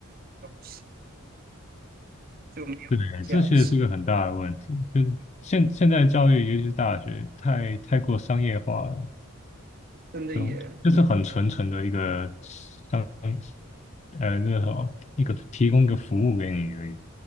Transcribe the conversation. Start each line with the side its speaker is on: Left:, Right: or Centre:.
Right: 东西，就没有价值，
Left: 对这确实是个很大的问题。就现现在教育，尤其是大学，太太过商业化了，
Right: 真的也
Left: 就就是很纯纯的一个商，呃，那个什么一个提供一个服务给你而已。